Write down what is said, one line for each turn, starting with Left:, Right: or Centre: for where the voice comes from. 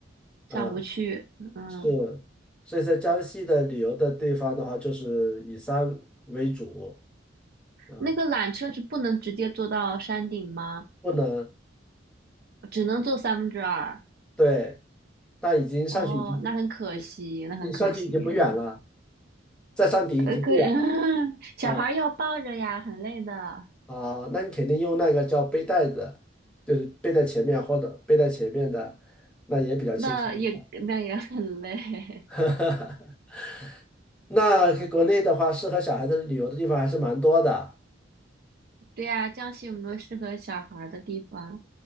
Right: 上不去。
Centre: 嗯，
Right: 嗯，
Centre: 是，所以在江西的旅游的地方的话，就是以山为主，啊，
Right: 那个缆车是不能直接坐到山顶吗？
Centre: 不能
Right: 只能坐三分之二。
Centre: 对，但已经上去已经不，
Right: 哦，那很可惜，
Centre: 你你上去已经不远了，
Right: 那很可惜。嗯，
Centre: 在山顶已经不远。
Right: 呃，可 <laughs> 小孩儿要抱着呀，
Centre: 嗯
Right: 很累的。
Centre: 啊，那你肯定用那个叫背带子，就是背在前面或者背在前面的，那也比较轻松的。
Right: 那也那也很累。<laughs>
Centre: <laughs> 那国内的话，适合小孩子旅游的地方还是蛮多的，
Right: 对呀，江西有没有适合小孩儿的地方？